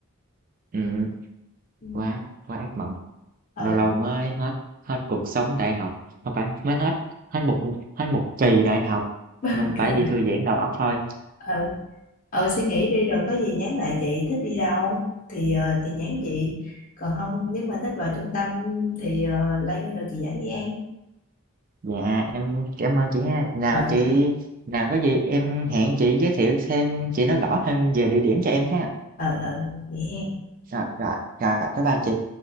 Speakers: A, on the right; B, on the left.
A: Ừ,
B: ừ.
A: quá quá ác mộng.
B: ờ
A: Lâu lâu mới hết hết cuộc sống đại học, không phải mới hết hết một hết một kỳ đại học
B: ok
A: nên phải đi thư giãn đầu óc thôi.
B: Ờ, ờ suy nghĩ đi rồi có gì nhắn lại chị thích đi đâu thì ờ, thì nhắn chị còn không nếu mà thích vào trung tâm thì ờ, Lan rồi chị dẫn đi ăn
A: Dạ em cảm ơn chị ha. Nào
B: ờ
A: chị nào có gì em hẹn chị giới thiệu thêm chị nói rõ hơn về địa điểm cho em ha.
B: ờ ờ vậy ha
A: Rồi rồi rồi bye bye chị.